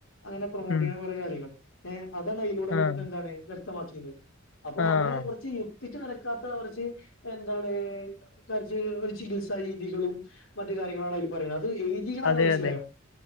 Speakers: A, on the left; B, on the left.
A: അങ്ങനെ പ്രൊമോട്ടെയ്യ്ണെ
B: ഉം
A: കൊറേ കാര്യങ്ങൾ ഏ അതാണ് അയെലൂടെ ഒ
B: ആഹ്
A: എന്താണ് വ്യക്തമാക്കിയത് അപ്പോ
B: ആഹ്
A: അങ്ങനെ കൊർച്ച് യുക്തിക്ക് നെരക്കാത്ത ഒരൊ ചി എന്താണ് <unintelligible> ചികിത്സ രീതികളും മറ്റ് കാര്യങ്ങളാണ് അതിൽ പറ <unintelligible> ആരാ
B: അതെ
A: മനസ്സിലായോ
B: അതെ